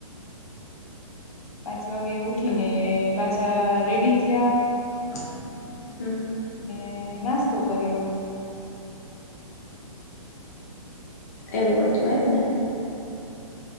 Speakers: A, on the left (about 80°); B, on the left (about 30°).
A: પાંચ વાગે ઉઠીને પાછા રેડી થયા.
B: <inaudible>
A: અને નાસ્તો કર્યો.
B: એવું હતું એમ ને.